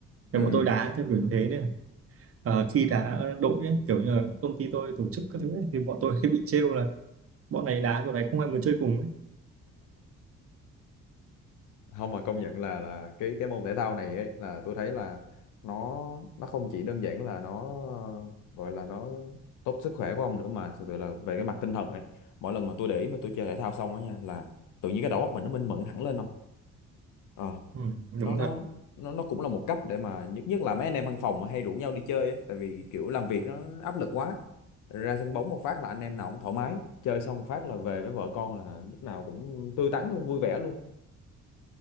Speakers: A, on the right (about 50°); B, on the left (about 85°).
A: thì
B: ừ
A: bọn tôi đá theo kiểu như thế nên ờ, khi đá đội ấy, kiểu như là công ty tôi tổ chức các thứ ấy, thì bọn tôi <laughs> hay bị trêu là bọn này đá bọn này không ai muốn chơi cùng ấy.
B: không mà công nhận là là cái cái môn thể thao này ấy là tôi thấy là nó nó không chỉ đơn giản là nó gọi là nó tốt sức khỏe của ông nữa mà thực sự là về cái mặt tinh thần ấy mỗi lần mà tôi để ý mà tôi chơi thể thao xong á nha là tự nhiên cái đầu óc mình nó minh mẫn hẳn lên không Ờ,
A: Ừ, đúng
B: nó nó
A: thật
B: nó nó cũng là một cách để mà nhất nhất là mấy anh em văn phòng mà hay rủ nhau đi chơi ấy tại vì kiểu làm việc nó áp lực quá ra sân bóng một phát là anh em nào cũng thoải mái chơi xong phát là về với vợ con là lúc nào cũng tươi tắn luôn vui vẻ luôn